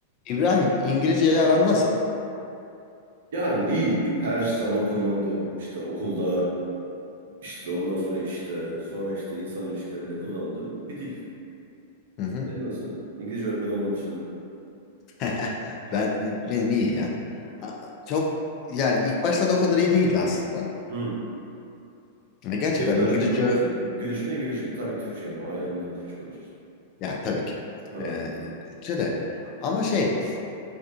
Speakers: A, on the left; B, on the right.
A: İbrahim İngilizce ile aran nasıl?
B: Yani iyi. Her zaman kullandığım işte okulda işte ondan sonra işte sonra işte insan ilişkilerinde kullandığım bir dil.
A: Hı hı.
B: Senin nasıl? İngilizce öğretmeni olman dışında.
A: <laughs> Ben benim iyi ya. A- Çok yani ilk başlarda o kadar iyi değildi aslında.
B: Hmm.
A: Ya Gerçekten
B: Türkçe mi daha
A: İngilizce
B: çok kullanıyorsun? Gün içinde İngilizce mi? Tabii Türkçe ama ailemden Türkçe konuşuyorsun.
A: ya tabii ki.
B: Ha.
A: Ee, Türkçe de. Ama şey